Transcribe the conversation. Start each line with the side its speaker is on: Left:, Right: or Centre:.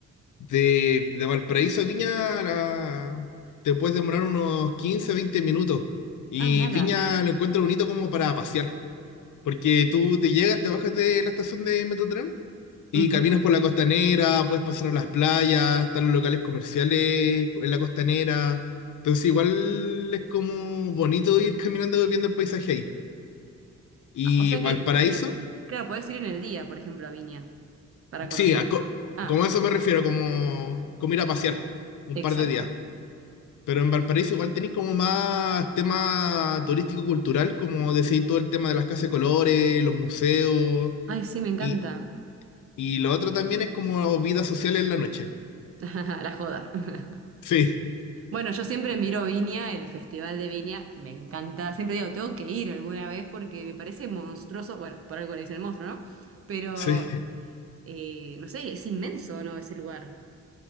Left: de, de Valparaíso a Viña la- te puedes demorar unos 15 20 minutos. Y
Right: Ah, nada.
Left: Viña lo encuentro bonito como para pasear. Porque tú te llegas, te bajas de la estación de Metrotren y
Right: Ujú.
Left: caminas por la costanera, puedes pasar a las playas, están los locales comerciales en la costanera. Entonces igual es como bonito ir caminando viendo el paisaje ahí. Y
Right: Ah, O sea
Left: Valparaíso,
Right: que, claro, puedes ir en el día, por ejemplo, a Viña. para conocer.
Left: sí, a co-
Right: Ah,
Left: como a eso me refiero, como, como ir a pasear un
Right: exacto.
Left: par de días. Pero en Valparaíso igual tenéis como más tema turístico-cultural, como decís todo el tema de las casas de colores, los museos,
Right: Ay, sí, me encanta.
Left: y, y lo otro también es como vida social en la noche.
Right: <laughs> La joda. <laughs>
Left: Sí,
Right: Bueno, yo siempre miro Viña, el Festival de Viña, me encanta. Siempre digo, tengo que ir alguna vez porque me parece monstruoso. Bueno, por algo le dicen el monstruo, ¿no? Pero,
Left: <laughs> sí.
Right: eh, no sé, es inmenso, ¿no? Ese lugar.